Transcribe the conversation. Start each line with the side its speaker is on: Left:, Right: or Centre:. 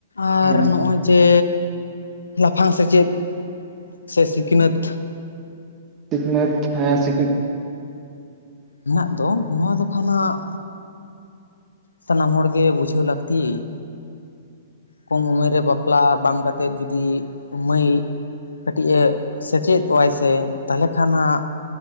Left: ᱟᱨ
Right: ᱦᱳᱭ
Left: ᱱᱚᱜᱼᱚᱭ ᱡᱮ ᱞᱟᱯᱷᱟᱝ ᱥᱮᱪᱮᱫ ᱥᱮ ᱥᱤᱠᱱᱟᱹᱛᱷᱼᱼ
Right: ᱥᱤᱠᱱᱟᱹᱛᱷ ᱦᱮᱸ ᱥᱤ
Left: ᱦᱮᱱᱟᱜ ᱫᱚ ᱱᱚᱣᱟ ᱫᱚ ᱠᱷᱟᱱ ᱦᱟᱜᱼᱼ ᱥᱟᱱᱟᱢ ᱦᱚᱲ ᱜᱮ ᱵᱩᱡᱷᱟᱹᱣ ᱞᱟᱹᱠᱛᱤ ᱠᱚᱢ ᱩᱢᱮᱨ ᱨᱮ ᱵᱟᱯᱞᱟ ᱵᱟᱝ ᱠᱟᱛᱮᱫ ᱡᱩᱫᱤ ᱢᱟᱹᱭ ᱠᱟᱹᱴᱤᱡ ᱮ ᱥᱮᱪᱮᱫᱚᱜ-ᱟᱭ ᱥᱮ ᱛᱟᱦᱞᱮ ᱠᱷᱟᱱ ᱦᱟᱸᱜᱼᱼ